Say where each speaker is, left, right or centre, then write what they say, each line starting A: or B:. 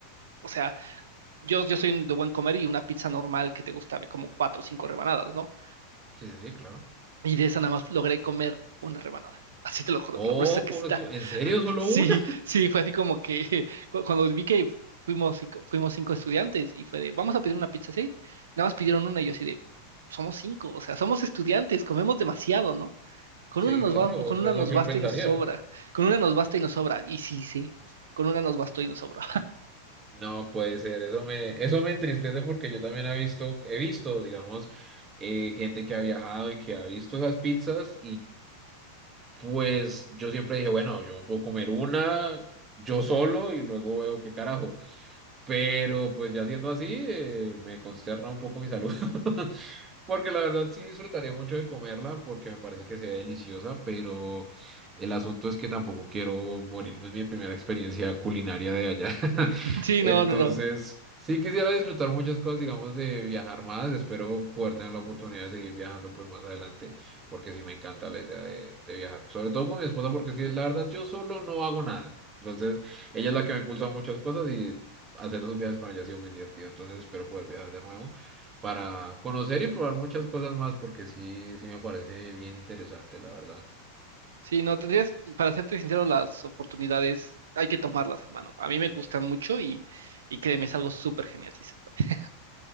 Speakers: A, on the right; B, on the right.
A: o sea, yo, yo soy de buen comer y una pizza normal que te gusta, me como cuatro o cinco rebanadas, ¿no?
B: sí, sí, sí, claro.
A: Y de esa nada más logré comer una rebanada. <laughs> Así te lo juro,
B: Oh,
A: de lo gruesa que
B: por
A: está.
B: Dios,
A: <laughs>
B: ¿en serio solo
A: Sí,
B: una?
A: sí, fue así como que <laughs> cu- cuando vi que fuimos cinco, fuimos cinco estudiantes y fue de, vamos a pedir una pizza, ¿sí? Nada más pidieron una y yo así de, somos cinco, o sea, somos estudiantes, comemos demasiado, ¿no? Con
B: Sí,
A: una nos
B: claro,
A: va, con
B: eso
A: una
B: es
A: nos
B: lo que
A: basta
B: uno pensaría.
A: y nos sobra. Con una nos basta y nos sobra. Y sí, sí, con una nos bastó y nos sobra.
B: No puede ser, eso me, eso me entristece porque yo también he visto, he visto, digamos, eh, gente que ha viajado y que ha visto esas pizzas Pues yo siempre dije, bueno, yo me puedo comer una yo solo y luego veo qué carajo. Pero pues ya siendo así, eh, me consterna un poco mi salud. <laughs> Porque la verdad sí disfrutaría mucho de comerla porque me parece que se ve deliciosa, pero el asunto es que tampoco quiero morirme en mi primera experiencia culinaria de allá. <laughs>
A: <laughs> Sí,
B: Entonces,
A: no, no, no.
B: sí quisiera disfrutar muchas cosas, digamos, de viajar más. Espero poder tener la oportunidad de seguir viajando pues más adelante, porque sí me encanta la idea de, de viajar. Sobre todo con mi esposa, porque es que la verdad yo solo no hago nada. Entonces, ella es la que me impulsa a muchas cosas y hacer esos viajes con ella ha sido muy divertido. Entonces, espero poder viajar de nuevo para conocer y probar muchas cosas más, porque sí, sí me parece bien interesante, la verdad.
A: Sí, no, tendrías, para serte sincero, las oportunidades hay que tomarlas, hermano. A mí me gusta mucho y, y créeme, es algo súper genial, si se puede.